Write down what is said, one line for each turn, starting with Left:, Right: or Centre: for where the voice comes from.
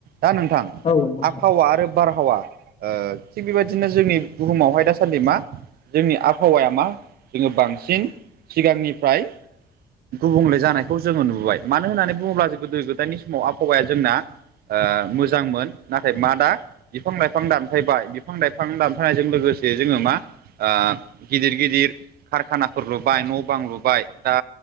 Right: दा नोंथां
Left: औ नंगौ नोंथां
Right: आबहावा आरो बारहावा ओ थिग बेबायदिनो जोंनि बुहुमावहाय दासान्दि मा जोंनि आबहावाया मा जोंङो बांसिन सिगांनिफ्राय गुबुंले जानायखौ जोंङो नुबाय मानो होननानै बुङोब्ला जों गोदो गोदायनि समाव आबहावाया जोंना ओ मोजांमोन नाथाय मा दा बिफां लाइफां दानफायबाय बिफां लाइफां दानफायनायजों लोगोसे जोंङो मा ओ गिदिर गिदिर कारखानाफोर लुबाय न' बां लुबाय दा